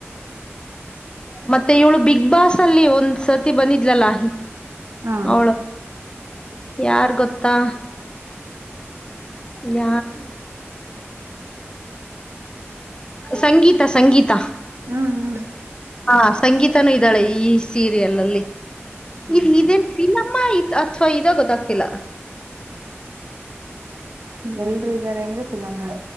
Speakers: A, on the left (about 20°); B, on the right (about 70°).
A: ಮತ್ತೆ ಇವಳು ಬಿಗ್ ಬಾಸ್ ಅಲ್ಲಿ ಒಂದ್ ಸತಿ ಬಂದಿದ್ಲಲ್ಲಾ
B: ಹಾ
A: ಅವಳು ಯಾರ್ ಗೊತ್ತಾ ಹ
B: ಹ್ಮ್
A: ಸಂಗೀತ ಸಂಗೀತ
B: ಹ್ಮ್ ಹ್ಮ್
A: ಹಾ ಸಂಗೀತನೂ ಇದ್ದಾಳೆ ಈ ಸೀರಿಯಲ್ ಅಲ್ಲಿ
B: ಹ್ಮ್
A: ಇದು ಇದೇನ್ ಸಿನಮ್ಮಾ ಅಥ್ವಾ ಇದಾ ಗೊತ್ತಾಗ್ತಿಲ್ಲ
B: ಹ್ಮ್ ಎಲ್ರೂ ಇದ್ದಾರೆ ಅಂದ್ರೆ ಫಿಲಂ ನೋಡ